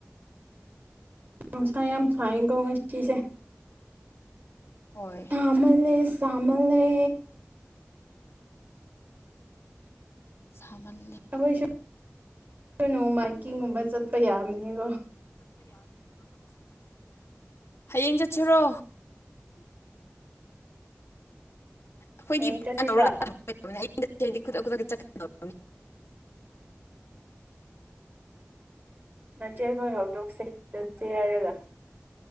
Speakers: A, on the right; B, on the left.
A: ꯅꯨꯡꯁꯥ ꯌꯥꯝ ꯁꯥꯏ ꯀꯣ ꯉꯁꯤꯁꯦ
B: ꯍꯣꯏ
A: ꯇꯃꯜꯂꯦ ꯆꯃꯜꯂꯦ
B: ꯁꯃꯜ
A: ꯑꯩꯈꯣꯏꯁꯨ ꯅꯣꯡꯃꯥꯏꯀꯤꯡꯒꯨꯝꯕ ꯆꯠꯄ ꯌꯥꯕꯅꯤꯀꯣ
B: ꯄ ꯌꯥꯕꯒꯤꯕ <unintelligible> ꯍꯌꯦꯡ ꯆꯠꯁꯤꯔꯣ ꯑꯩꯈꯣꯏꯗꯤ
A: ꯍꯌꯦꯡ ꯆꯠꯁꯤꯕ
B: <unintelligible> ꯗꯤ ꯈꯨꯗꯛ ꯈꯨꯗ ꯆꯠ ꯀ <unintelligible>
A: ꯃꯆꯦꯈꯣꯏ ꯐꯥꯎꯗꯣꯛꯁꯦ ꯆꯠꯁꯦ ꯍꯥꯏꯔꯒ